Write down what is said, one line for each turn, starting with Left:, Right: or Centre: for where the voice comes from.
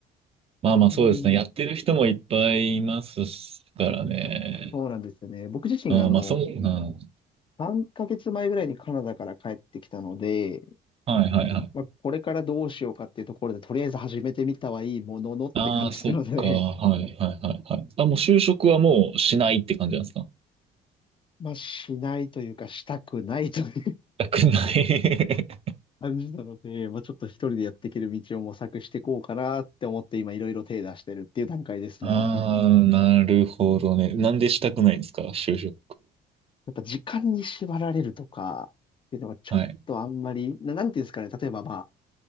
Right: まあまあ、
Left: あんまり、
Right: そうですね。やってる人もいっぱいいますからね。
Left: そうなんですよね。僕自身、
Right: ああ、
Left: あの、
Right: まあ、そう、うんは
Left: 3ヶ月前ぐらいにカナダから帰ってきたので、
Right: い、はい、はい。
Left: まあ、これからどうしようかっていうところで、とりあえず始めてみたはいいもののって感じなので、
Right: ああ、そっか。はい、はい、はい、はい。あ、もう就職はもうしないって感じなんですかし
Left: まあ、しないというか、したくないという
Right: たくない
Left: 感じなので、まあ、ちょっと一人でやっていける道を模索していこうかなって思って今いろいろ手出してるっていう段階ですね。
Right: <laughs> ああ、なるほどね。なんでしたくないんですか就職。
Left: やっぱ時間に縛られるとかっていうのがちょっとあんまり、
Right: はい、
Left: な、なんていうんですかね、例えばまあ、